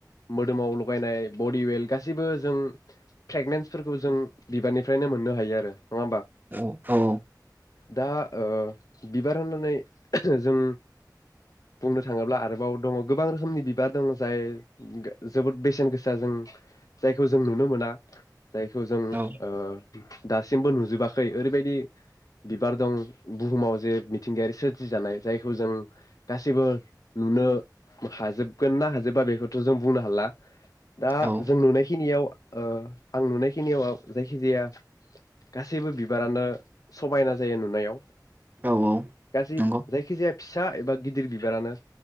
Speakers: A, on the left (about 55°); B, on the right (about 25°).
A: मोदोमाव लगायनाय बडि वेल गासैबो जों फ्रेगनेेन्सफोरखौ जों बिबारनिफ्रायनो मोननो हायो आरो। होमबा
B: औ औ।
A: दा ओ बिबार होनानै जों। बुंनो थाङोब्ला आरोबाव दङ गोबां रोखोमनि बिबार दङ जाय जोबोद बेसेन गोसा जों जायखौ जों नुनो मोना। जायखौ जों
B: औ
A: ओ दासिमबो नुजोबाखै ओरैबायदि बिबार दं बुहुमाव जे मिथिंगायारि सोरजिजानाय जायखौ जों। गाससिबो नुनो हाजोबगोन ना हाजोबा बेखौथ'जों बुंनो हाला। दा
B: औ
A: जों नुनाय खि बे खिनियाव आं नुनायखिनियाव जायखि जाया गासैबो बिबारानो समायना जायो नुनायाव।
B: औ
A: गासिब
B: नंगौ
A: जायखिजाया फिसा एबा गिदिर बिबारानो